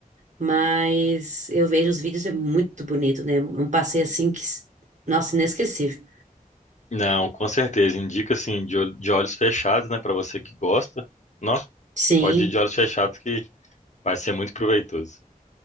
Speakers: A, on the right; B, on the left.
A: mas eu vejo os vídeos, é muito bonito, né? É Um passeio assim que, nossa, inesquecível.
B: Não, com certeza. Indica assim de, ol- de olhos fechados, né, Para você que gosta. Não,
A: Sim.
B: pode ir de olhos fechados que vai ser muito proveitoso.